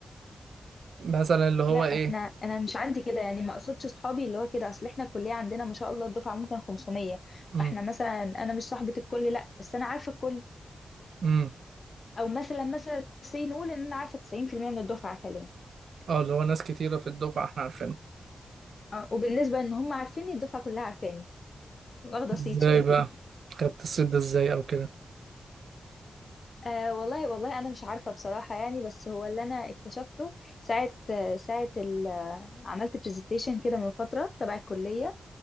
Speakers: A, on the right (about 75°); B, on the left (about 35°).
A: مثلا اللي هو
B: لا احنا
A: ايه
B: انا مش عندي كده يعني ما اقصدش صحابي اللي هو كده اصل احنا الكلية عندنا ما شاء الله الدفعة ممكن 500
A: امم
B: فاحنا مثلا انا مش صاحبة الكل لا بس انا عارفة الكل
A: امم
B: او مثلا مثلا سي نقول ان انا عارفة 90% من الدفعة حاليا
A: اه اللي هو ناس كتيره في الدفعه احنا عارفينها
B: اه وبالنسبة ان هم عارفيني الدفعة كلها عارفاني واخدة
A: ازاي
B: صيت شقتي
A: بقى خدت الصيت ده ازاي او كده
B: أه والله والله أنا مش عارفة بصراحة يعني بس هو اللي أنا اكتشفته ساعة ساعة ال- عملت برزنتيشن كده من فترة تبع الكلية